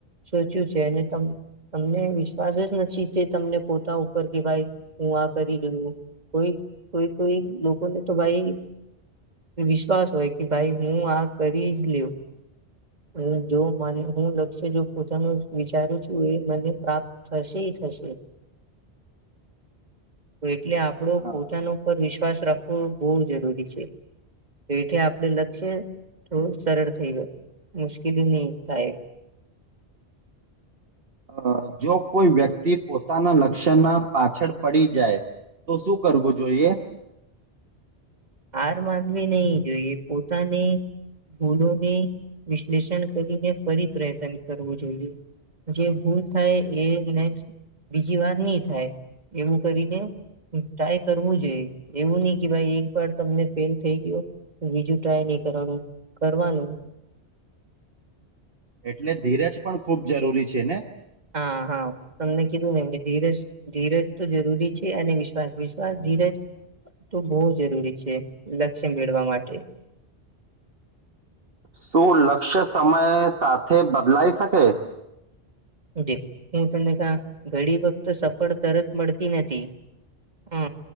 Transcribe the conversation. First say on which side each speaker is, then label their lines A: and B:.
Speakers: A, on the right (about 40°); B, on the right (about 60°).
A: સોચ્યું છે અને તમ તમને વિશ્વાસ જ નથી તે તમને પોતા ઉપર કે ભાઈ હું આ કરી લેવું કોઈ કોઈ કોઈ લોકોને તો ભાઈ વિશ્વાસ હોય કે ભાઈ હું આ કરી જ લેવ હું જો મને હું લક્ષ્ય જો પોતાનું વિચારું છું એ મને પ્રાપ્ત થશે થશે તો એટલે આપણો
B: હા
A: પોતાનો પર વિશ્વાસ રાખવો બહુ જરૂરી છે. તો એથી આપડે લક્ષ્ય થોડું સરળ થઈ ગયું. મુશ્કેલી નહી થાય
B: અ, જો કોઈ વ્યક્તિ પોતાના લક્ષ્યના પાછળ પડી જાય તો શું કરવું જોઈએ
A: હાર માનવી નહી જોઈએ પોતાની ભૂલોને વિશ્લેષણ કરીને ફરી પ્રયત્ન કરવું જોઈએ. જે ભૂલ થાય એ નેક્સ્ટ બીજી વાર નહી થાય એવું કરીને ટ્રાય કરવું જોઈએ એવું નહી કે ભાઈ એક વાર તમને ફેલ થઈ ગયો બીજું ટ્રાય નહી કરવાનું કરવાનું
B: એટલે ધીરજ પણ ખૂબ જરૂરી છે ને
A: હા હા તમને કીધું ને ધીરજ ધીરજ તો જરૂરી છે અને વિશ્વાસ વિશ્વાસ ધીરજ તો બહુ જરૂરી છે લક્ષ્ય મેળવા માટે
B: શું લક્ષ્ય સમય સાથે બદલાઈ શકે
A: જે હું તમને ક ઘડી વખત સફળ તરત મળતી નથી હ